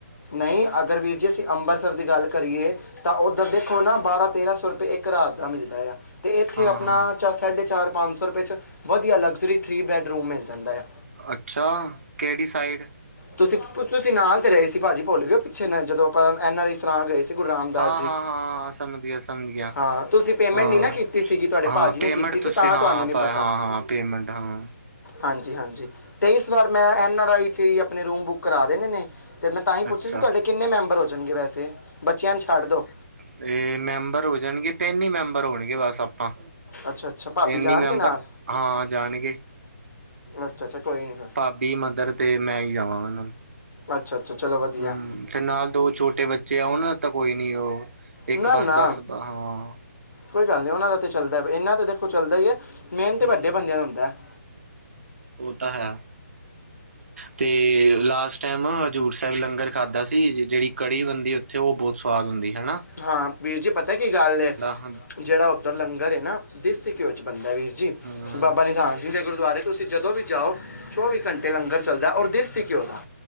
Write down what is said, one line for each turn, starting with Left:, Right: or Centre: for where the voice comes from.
Left: ਨਹੀਂ ਅਗਰ ਵੀਰ ਜੀ ਅਸੀਂ ਅੰਮ੍ਰਿਤਸਰ ਦੀ ਗੱਲ ਕਰੀਏ ਤਾਂ ਉੱਧਰ ਦੇਖੋ ਨਾ ਬਾਰਾਂ ਤੇਰਾਂ ਸੌ ਰੁਪਏ ਇੱਕ ਰਾਤ ਦਾ ਮਿਲਦਾ ਆ ਤੇ ਇੱਥੇ
Right: ਹਾਂ
Left: ਆਪਣਾ
Right: ਹਾਂ
Left: ਸਾਢੇ ਚਾਰ ਪੰਜ ਸੌ ਰੁਪਏ ਚ ਵਧੀਆ ਲਗਜ਼ਰੀ ਥ੍ਰਰੀ ਬੈਡ ਰੂਮ ਮਿਲ ਜਾਂਦਾ ਹੈ
Right: ਅੱਛਾ ਕਿਹੜੀ ਸਾਈਡ
Left: ਤੁਸੀਂ ਤੁਸੀਂ ਨਾਲ ਤੇ ਰਹੇ ਸੀ ਭਾਜੀ ਭੁੱਲ ਗਓ ਪਿੱਛੇ ਜਦੋਂ ਆਪਾਂ ਐਨ ਆਰ ਆਈ ਸਰਾ ਗਏ ਗੁਰੂ ਰਾਮਦਾਸ
Right: ਹਾਂ
Left: ਜੀ
Right: ਹਾਂ ਹਾਂ ਹਾਂ ਸਮਝ ਗਿਆ ਸਮਝ ਗਿਆ
Left: ਹਾਂ ਤੁਸੀਂ ਪੇਮੈਂਟ
Right: ਹਾਂ
Left: ਨੀ ਨਾ ਕੀਤੀ ਸੀਗੀ ਤੁਹਾਡੇ
Right: ਹਾਂ
Left: ਭਾਜੀ
Right: ਪੇਮੈਂਟ
Left: ਨੇ ਕੀਤੀ ਸੀ
Right: ਤੁਸੀਂ
Left: ਤਾਂ
Right: ਹਾਂ
Left: ਤੁਹਾਨੂੰ ਨੀ
Right: ਪਾ
Left: ਪਤਾ
Right: ਹਾਂ ਹਾਂ ਪੇਮੈਂਟ ਹਾਂ
Left: ਹਾਂਜੀ ਹਾਂਜੀ ਤੇ ਇਸ ਵਾਰ ਮੈਂ ਐੱਨ ਆਰ ਆਈ 'ਚ ਹੀ ਆਪਣੇ ਰੂਮ ਬੁੱਕ ਕਰਾ ਦੇਣੇ ਨੇ ਤੇ ਮੈਂ ਤਾਂ ਹੀ
Right: ਅੱਛਾ
Left: ਪੁੱਛੇ ਸੀ ਤੁਹਾਡੇ ਕਿੰਨੇ ਮੈਂਬਰ ਹੋ ਜਾਣਗੇ ਵੈਸੇ ਬੱਚਿਆਂ ਨੂੰ ਛੱਡ ਦੋ
Right: ਤੇ ਮੈਂਬਰ ਹੋ ਜਾਣਗੇ ਤਿੰਨ ਹੀ ਮੈਂਬਰ ਹੋਣਗੇ ਬਸ ਆਪਾਂ
Left: ਅੱਛਾ ਅੱਛਾ ਭਾਬੀ
Right: ਤਿੰਨੀ
Left: ਜਾਣ
Right: ਮੈਂਬਰ
Left: ਕੇ ਨਾਲ
Right: ਹਾਂ ਜਾਣਗੇ
Left: ਅੱਛਾ ਅੱਛਾ ਕੋਈ ਨੀ ਫਿਰ
Right: ਭਾਬੀ ਮੰਦਰ ਤੇ ਮੈਂ ਹੀ ਜਾਵਾਂਗਾ ਇਹਨਾਂ ਨੂੰ
Left: ਅੱਛਾ ਅੱਛਾ ਚਲੋ ਵਧੀਆ
Right: ਹਮ ਤੇ ਨਾਲ ਦੋ ਛੋਟੇ ਬੱਚੇ ਆ ਨਾ ਤਾਂ ਕੋਈ ਨੀ ਉਹ ਇੱਕ
Left: ਨਾ
Right: ਬਸ
Left: ਨਾ
Right: ਦਸ ਹਾਂ
Left: ਕੋਈ ਗੱਲ ਨਹੀਂ ਉਹਨਾਂ ਦਾ ਤਾਂ ਚੱਲਦਾ ਇਨਾਂ ਤਾਂ ਦੇਖੋ ਚੱਲਦਾ ਹੀ ਹੈ ਮੇਨ ਤੇ
Right: ਹਮ
Left: ਵੱਡੇ ਬੰਦਿਆਂ
Right: ਹਮ
Left: ਦਾ ਹੁੰਦਾ ਹੈ
Right: ਉਹ ਤਾਂ ਹੈ ਤੇ ਲਾਸਟ ਟਾਈਮ ਹਜ਼ੂਰ ਸਾਹਿਬ ਲੰਗਰ ਖਾਧਾ ਸੀ ਜਿਹੜੀ ਕੜੀ ਬੰਦੀ ਤੇ ਉਹ ਬਹੁਤ ਸਵਾਦ ਹੁੰਦੀ ਹੈਨਾ
Left: ਹਾਂ ਵੀਰ ਜੀ ਪਤਾ ਕੀ ਗੱਲ ਹੈ
Right: ਹੂੰ
Left: ਜਿਹੜਾ ਉੱਧਰ ਲੰਗਰ ਹੈ ਨਾ ਦੇਸੀ ਘਿਓ 'ਚ ਬਣਦਾ ਵੀਰ ਜੀ
Right: ਹੂੰ
Left: ਬਾਬਾ ਨਿਦਾਨ ਜਿਦੇ ਗੁਰਦੁਆਰੇ ਤੁਸੀਂ ਜਦੋਂ ਵੀ ਜਾਓ ਚੌਵੀ ਘੰਟੇ ਲੰਗਰ ਚੱਲਦਾ ਔਰ ਦੇਸੀ ਘਿਓ ਦਾ